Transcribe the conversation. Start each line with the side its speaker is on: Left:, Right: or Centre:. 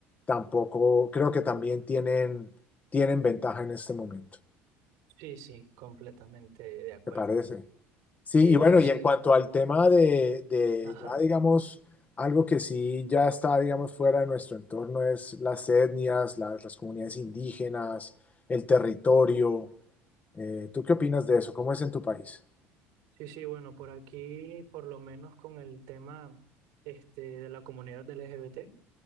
Left: tampoco, creo que también tienen, tienen ventaja en este momento,
Right: Sí, sí, completamente de acuerdo.
Left: ¿te parece? Sí,
Right: Y
Left: y
Right: bueno,
Left: bueno, y
Right: sí,
Left: en cuanto al tema de, de
Right: ajá.
Left: ya digamos, algo que sí ya está, digamos, fuera de nuestro entorno es las etnias, las, las comunidades indígenas, el territorio. Eh, ¿tú qué opinas de eso? ¿Cómo es en tu país?
Right: Sí, sí, bueno, por aquí, por lo menos con el tema este, de la comunidad del LGBT.